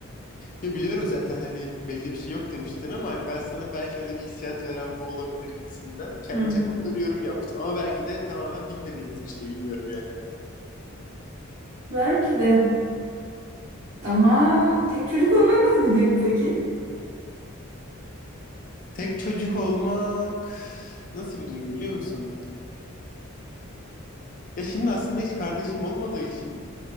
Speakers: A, on the left (about 40°); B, on the right (about 80°).
A: Ya biliyorum zaten hani belli bir şey yok demiştin ama hani ben sana belki öyle bir hissiyat veren bu olabilir gibisinden kendi
B: Hmm.
A: çapımda bir yorum yaptım. Ama belki de tamamen bilmediğimiz bir şey bilmiyorum yani.
B: Belki de ama tek çocuk olmak nasıl bir duygu peki?
A: Tek çocuk olmak nasıl bir duygu biliyor musun? Ya şimdi aslında hiç kardeşim olmadığı için